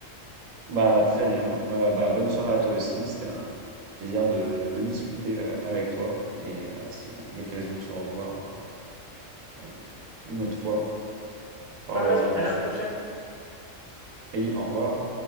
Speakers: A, on the right; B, on the left.
A: Bah, très bien. Euh, bah, bonne soirée à toi aussi. C'était un plaisir de, de discuter euh, avec toi. Et euh, si on a l'occasion de se revoir euh, une autre fois, par
B: Pareil,
A: le hasard des
B: à la
A: choses.
B: prochaine.
A: Et au revoir.